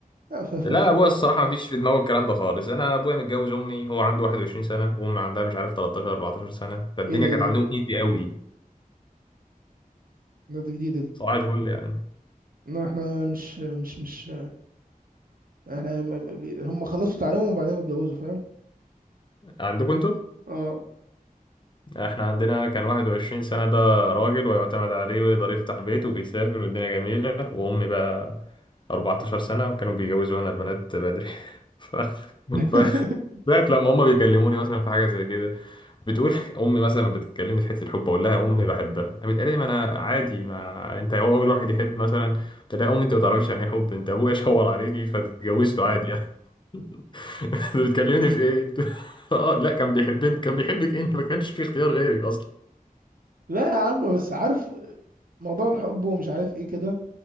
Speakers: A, on the right; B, on the left.
A: لا ف ف
B: لا أبويا
A: ف
B: الصراحة مفيش في دماغه الكلام ده خالص أنا أبويا متجوز أمي هو عنده 21 سنة وأمي عندها مش عارف 13 14 سنة فالدنيا
A: ايه ده ايه
B: كانت
A: ده
B: عندهم
A: ايه ده
B: إيزي قوي
A: ده ده جديده دي
B: صباح الفل يعني
A: لا احنا مش مش مش احنا م- م- بي- هم خلصوا تعليمهم وبعدين اتجوزوا فاهم
B: عندكم أنتوا؟
A: اه
B: إحنا عندنا كان 21 سنة ده راجل ويعتمد عليه ويقدر يفتح بيت وبيسافر والدنيا جميلة وأمي بقى 14 سنة وكانوا بيجوزوا هنا البنات بدري <laughs> ف...
A: <laughs>
B: ف... لغاية لما هما بيكلموني مثلا في حاجة زي كده بتقول <laughs> امي مثلا بتكلمني في حته الحب اقول لها يا امي بحبها قامت قالت لي ما انا عادي ما انت هو اول واحد يحب مثلا قلت لها يا امي انت ما تعرفيش يعني ايه حب انت ابويا شاور عليكي فاتجوزته عادي يعني <laughs> انت بتكلمني في ايه <laughs> اه لا كان بيحبني كان بيحبك انت ما كانش في اختيار غيرك اصلا
A: لا يا عم بس عارف موضوع الحب ومش عارف ايه كده